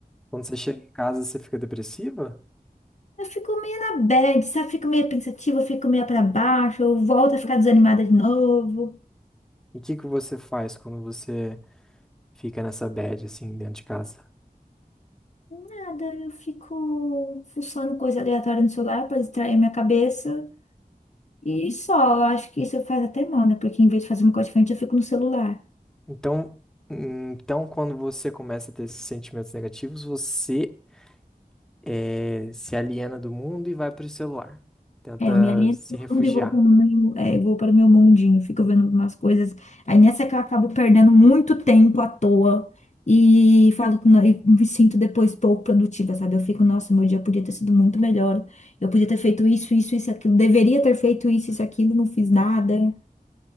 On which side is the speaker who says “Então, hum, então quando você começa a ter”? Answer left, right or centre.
Centre